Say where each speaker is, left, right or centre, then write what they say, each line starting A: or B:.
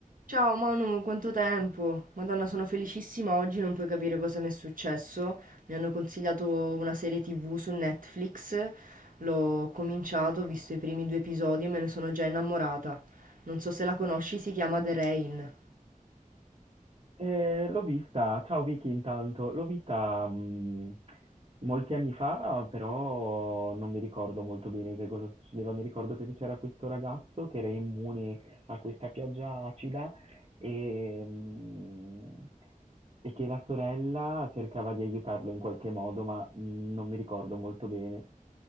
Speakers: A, on the right; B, on the right.
A: Ciao Manu, quanto tempo? Madonna, sono felicissima, oggi non puoi capire cosa mi è successo. Mi hanno consigliato una serie TV su Netflix, l'ho cominciato, ho visto i primi due episodi e me ne sono già innamorata. Non so se la conosci, si chiama The Rain.
B: Eh, l'ho vista, ciao Vicky intanto, l'ho vista mh, molti anni fa, però non mi ricordo molto bene che cosa succedeva, mi ricordo che c'era questo ragazzo che era immune a questa pioggia acida e, mh, e che la sorella cercava di aiutarlo in qualche modo, ma mh, non mi ricordo molto bene.